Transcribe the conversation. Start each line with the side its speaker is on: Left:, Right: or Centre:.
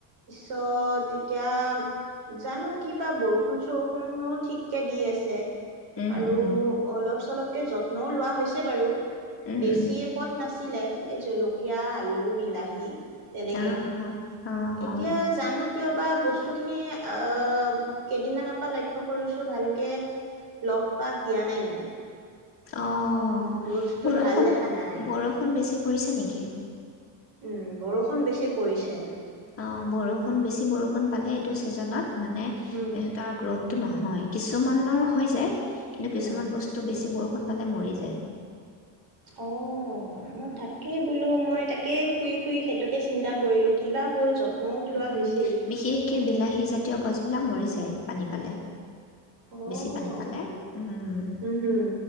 Right: তত এতিয়া জানো কিবা বৰষুণ চৰষুণো ঠিককে দি আছে
Left: উম
Right: আৰু
Left: উম
Right: অলপ চলকে যত্ন লোৱা হৈছে বাৰু
Left: উম
Right: বেছি
Left: উম।
Right: পথ নাছিলে এই জলকীয়া আলু বিলাহী তেনেকে
Left: আহা অ অ
Right: এতিয়া জানো কিয় বা বস্তুখিনি আহ কেইদিনমানৰ পৰা লক্ষ্য় কৰিছো ভালকে লহ পাহ দিয়া নাই মানে
Left: অঁ
Right: গ্ৰোথটো
Left: বৰষুণ
Right: ভাল দেখা নাই
Left: বৰষুণ বেছি পৰিছে নেকি
Right: উম বৰষুণ বেছি পৰিছে
Left: অঁ বৰষুণ বেছি বৰষুণ পালে এইটো ছিজনত মানে সিহঁতৰ
Right: উম
Left: গ্ৰ'থটো নহয় কিছুমানৰ হৈ যায় কিন্তু
Right: উম
Left: কিছুমান বস্তু বেছি বৰষুণ এফালে মৰি যায়
Right: অ মই তাকে বোলো মই তাকে শুই শুই হেইতোকে চিন্তা কৰিলো কিবা হ'ল যত্নওত লোৱা
Left: উম
Right: হৈছে
Left: বিশেষকে বিলাহী জাতীয় গছ িলাক ম যায় পানী পালে
Right: উম,
Left: বেছি পানী পালে উম
Right: হুম,